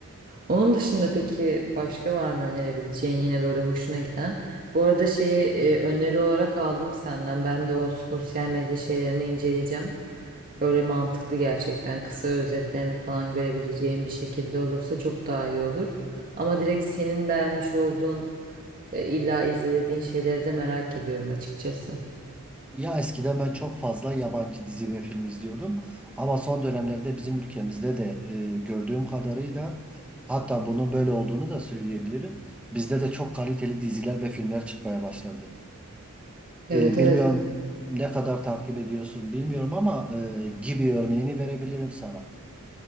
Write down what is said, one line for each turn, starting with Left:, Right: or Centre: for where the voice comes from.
Right: Onun dışında peki başka var mı önerebileceğin yine böyle hoşuna giden? Bu arada şeyi e, öneri olarak aldım senden. Ben de o sosyal medya şeylerini inceleyeceğim. Öyle mantıklı gerçekten. Kısa özetlerini falan görebileceğim bir şekilde olursa çok daha iyi olur. Ama direkt senin beğenmiş olduğun e, illa izlediğin şeyleri de merak ediyorum açıkçası.
Centre: Ya eskiden ben çok fazla yabancı dizi ve film izliyordum ama son dönemlerde bizim ülkemizde de e, gördüğüm kadarıyla hatta bunun böyle olduğunu da söyleyebilirim. Bizde de çok kaliteli diziler ve filmler çıkmaya başladı.
Right: Evet
Centre: E, bilmiyorum
Right: evet
Centre: ne kadar takip ediyorsun bilmiyorum ama e, Gibi örneğini verebilirim sana.